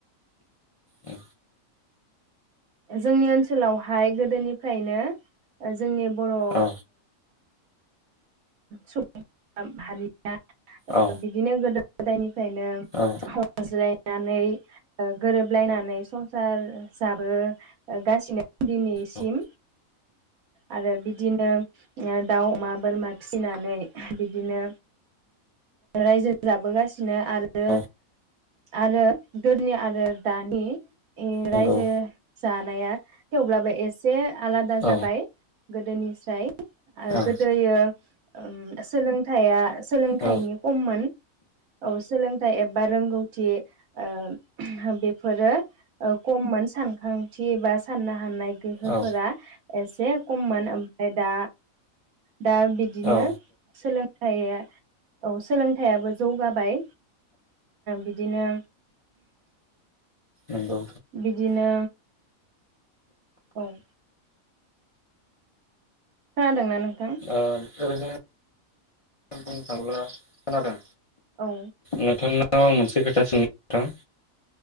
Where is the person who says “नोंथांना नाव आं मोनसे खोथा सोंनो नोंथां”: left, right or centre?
Left